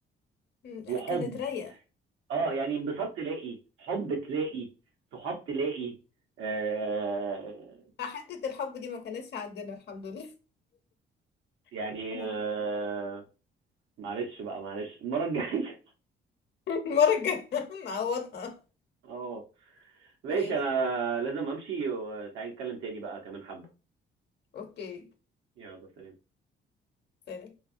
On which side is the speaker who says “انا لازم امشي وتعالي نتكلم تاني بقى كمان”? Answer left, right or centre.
Right